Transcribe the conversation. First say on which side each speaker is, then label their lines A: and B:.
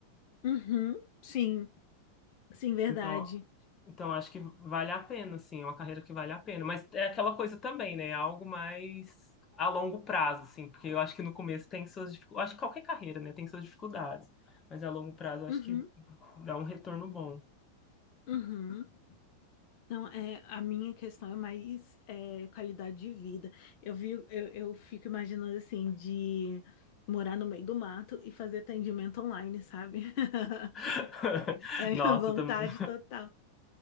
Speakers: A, on the left; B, on the left.
A: Uhum. Sim, sim, verdade.
B: Então, então acho que vale a pena, assim, é uma carreira que vale a pena. Mas é aquela coisa também, né? é Algo mais a longo prazo, assim, porque eu acho que no começo tem suas dificuldades. Acho que qualquer carreira, né, tem suas dificuldades. Mas a longo prazo eu
A: Uhum.
B: acho que dá um retorno bom.
A: Uhum. Não, é, a minha questão é mais é, qualidade de vida. Eu vi, eu, eu fico imaginando assim, de morar no meio do mato e fazer atendimento online, sabe? <laughs>
B: <laughs>
A: É
B: Nossa,
A: a minha vontade
B: eu também
A: total.